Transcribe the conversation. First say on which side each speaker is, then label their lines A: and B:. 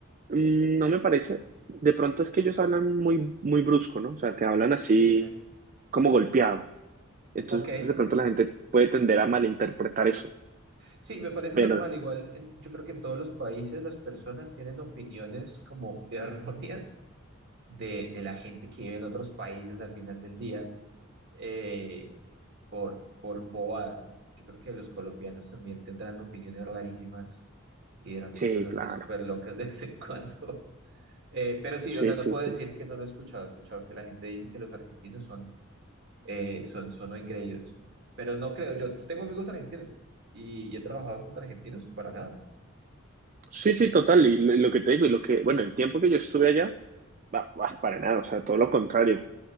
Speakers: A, on the right; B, on the right.
A: Mm, No me parece. De pronto es que ellos hablan muy, muy brusco, ¿no? O sea, te hablan así
B: Ok,
A: como golpeado. Entonces,
B: ok.
A: de pronto la gente puede tender a malinterpretar eso.
B: Sí, me parece
A: Pero,
B: normal. Igual, en- yo creo que en todos los países las personas tienen opiniones como <laughs> erróneas de, de la gente que vive en otros países al final del día. eh, por, por bobadas. Yo creo que los colombianos también tendrán opiniones rarísimas y dirán
A: sí,
B: cosas así
A: claro.
B: súper locas de vez en <laughs> cuando. Eh, pero sí,
A: Sí,
B: o sea,
A: sí,
B: no puedo
A: sí.
B: decir que no lo he escuchado. He escuchado que la gente dice que los argentinos son, eh, son, son engreídos. Pero no creo, yo, yo tengo amigos argentinos y, y he trabajado con argentinos para nada.
A: Sí, sí, total. Y lo, lo que te digo, y lo que, bueno, el tiempo que yo estuve allá, va, va, para nada. O sea, todo lo contrario.